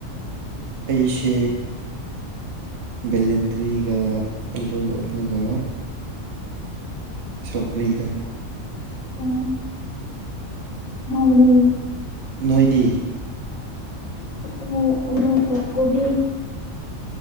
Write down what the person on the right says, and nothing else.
ꯑꯩꯁꯤ ꯕꯦꯂꯦꯟꯗ꯭ꯔꯤꯒ ꯑꯂꯨ ꯑꯗꯨꯒ ꯁꯧꯒ꯭ꯔꯤꯒ
ꯅꯣꯏꯗꯤ